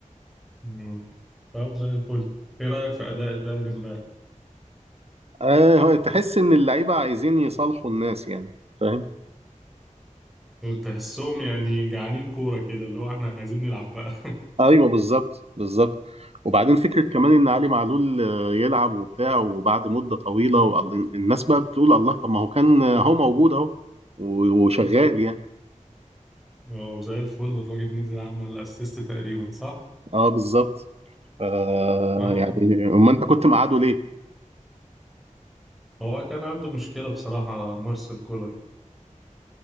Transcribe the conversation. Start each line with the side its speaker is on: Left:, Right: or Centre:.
Centre: مم. طب زي الفل إيه رأيك في أداء الأهلي إمبارح؟
Right: آه، تحس ان اللعيبة عايزين يصالحوا الناس يعني فاهم؟
Centre: تحسهم يعني جعانين كورة كده اللي هو إحنا عايزين نلعب بقى <laughs>
Right: ايوه بالظبط بالظبط وبعدين فكره كمان ان علي معلول آه، يلعب وبتاع وبعد مده طويله وال- الناس بقى بتقول الله طب ما هو كان آه، هو موجود اهو و- وشغال يعني
Centre: هو زي الفل الراجل نزل عمل أسيست تقريبا صح؟
Right: اه بالظبط آه
Centre: آه.
Right: يعني ما انت كنت مقعده ليه
Centre: هو كان عنده مشكلة بصراحة مارسيل كولر